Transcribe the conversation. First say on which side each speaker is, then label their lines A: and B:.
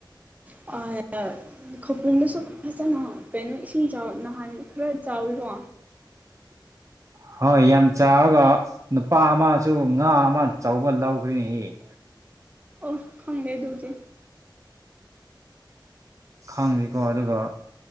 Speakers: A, on the right (about 20°); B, on the right (about 40°).
A: ꯑ ꯈꯄꯣꯡꯗꯁꯨ ꯐꯖꯅ ꯀꯩꯅꯣ ꯏꯁꯤꯡ ꯆꯥꯎ ꯅꯍꯥꯟ ꯈꯔ ꯆꯥꯎꯋꯤꯀꯣ
B: <unintelligible> ꯍꯣꯏ ꯌꯥꯝ ꯆꯥꯔꯒ ꯅꯨꯄꯥ ꯑꯃꯁꯨ ꯉꯥ ꯑꯃ ꯑꯆꯧꯕ ꯂꯧꯈꯔꯤꯅꯦ ꯏ <unintelligible>
A: ꯑꯣ ꯈꯪꯗꯦꯗꯧꯗꯦ
B: ꯈꯪꯁꯤꯀꯣ ꯑꯗꯨꯒ